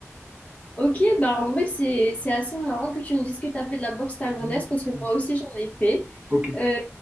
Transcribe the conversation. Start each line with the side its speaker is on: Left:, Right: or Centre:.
Left: Ok, bah en vrai, c'est, c'est assez marrant que tu me dises que tu as fait de la boxe thaïlandaise
Right: Mm,
Left: parce que
Right: mm.
Left: moi aussi j'en ai fait.
Right: Ok,
Left: Euh,